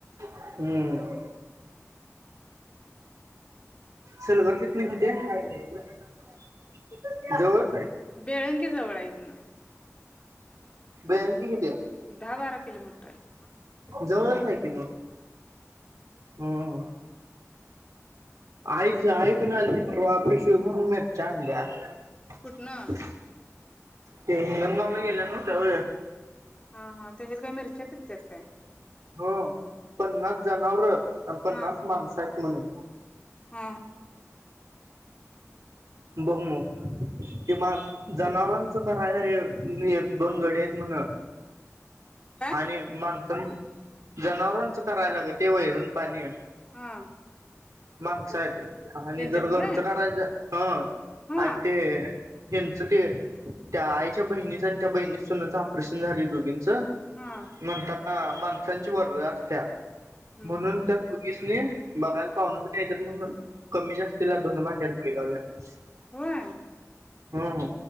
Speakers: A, on the right (about 90°); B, on the left (about 20°).
A: हम्म सलगर तिथनं कितीए? <unintelligible> जवळ
B: बेळंगी जवळ हाय इथनं.
A: बँक कि
B: दहा बारा किलोमीटर ताय
A: जवळच हाय कि म. हं ह आईच आई पण आलती परवा पिश पीव्हर मीरच्या आणल्यात.
B: कुठनं
A: ते हिंगंणगावला गेल्यालो त्याव
B: हा हा त्याच्यात काय मिरच्या पिकत्यात काय
A: ह पन्नास जनावर अन पन्नास
B: हा
A: माणस आहेत म्हणून.
B: हा
A: बघ मग किंमान जनावरांचं करायला एक एक दोन गडी आहेत म्हण.
B: काय
A: आणि मन जनावरांचं करायलाग ते वैरण पाणी.
B: हा
A: माणस हायत. आणि
B: त्यांच्यात
A: जर घरचं
B: व्हय
A: करायच हा
B: हा
A: आणि ते हेंच ते त्या आईच्या बहिणीचा त्या बहिणीच्या सुनच ऑपरेशन झालय दोघिन च
B: हा
A: म्हणता हा माणसांची वरदळ असत्या
B: हम्म
A: म्हणून त्या कुकीसने बघायला पाहून बि ऊन कमी जास्तीला धून भांड्याला बी लावल्या
B: होय
A: ह